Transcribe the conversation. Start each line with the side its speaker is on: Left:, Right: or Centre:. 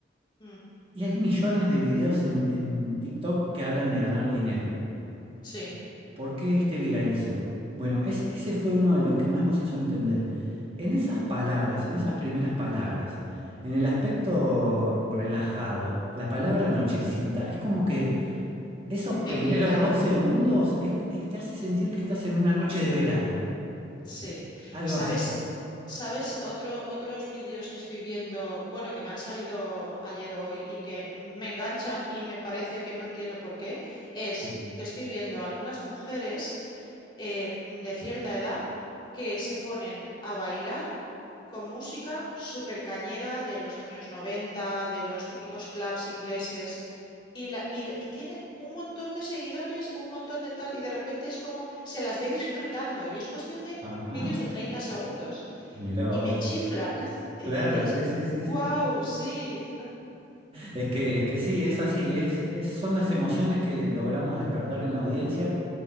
Left: Mm,
Right: Y hay millones de videos en en TikTok que hablan de ganar dinero.
Left: sí,
Right: ¿Por qué este viralizó? Bueno, ese, ese fue uno de los que más nos hizo entender. En esas palabras, en esas primeras palabras, en el aspecto relajado, la palabra nochecita, es como que esos primeros
Left: te invita.
Right: dos segundos es- es que te hace sentir que estás en una noche de verano,
Left: Sí.
Right: algo
Left: ¿Sabes?
Right: así.
Left: ¿Sabes otro, otros vídeos que estoy viendo, bueno, que me han salido ayer o hoy y que me enganchan y me parece que no entiendo por qué? Es
Right: Sí.
Left: que estoy viendo algunas mujeres eh, de cierta edad que se ponen a bailar con música súper cañera de los años noventa de los típicos clubs ingleses y, la, y, le- y tiene un montón de seguidores, un montón de tal, y de repente es como se las ve disfrutando y es cuestión de
Right: Ajá,
Left: vídeos de 30 segundos
Right: mirá vos.
Left: y me chiflan <laughs> y
Right: Claro,
Left: dices,
Right: sí, sí, sí,
Left: wow,
Right: sí.
Left: sí,
Right: Es que, es que sí, es así, es, es- son las emociones que logramos despertar en la audiencia.